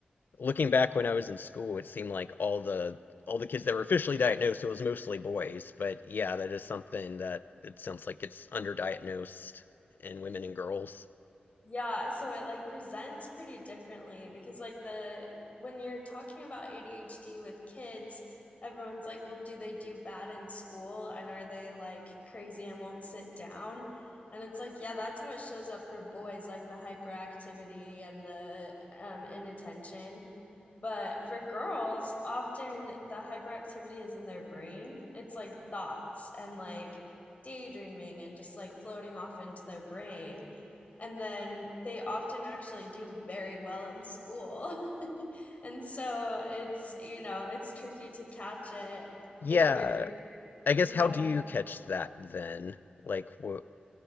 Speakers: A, on the left; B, on the left.
A: looking back when I was in school, it seemed like all the all the kids that were officially diagnosed, it was mostly boys. But yeah, that is something that it sounds like it's underdiagnosed in women and girls.
B: Yeah, so it like presents pretty differently because like the when you're talking about ADHD with kids, everyone's like, "Well, do they do bad in school and are they like crazy and won't sit down?" And it's like, yeah, that's how it shows up for boys, like the hyperactivity and the um, inattention. But for girls, often the hyperactivity is in their brain. It's like thoughts and like daydreaming and just like floating off into their brain and then they often actually do very well in school. <laughs> And so it's, you know, it's tricky to catch it
A: Yeah,
B: if you're
A: I
B: if
A: guess
B: you're
A: how
B: diagnosed.
A: do you
B: like
A: catch that then? Like, wh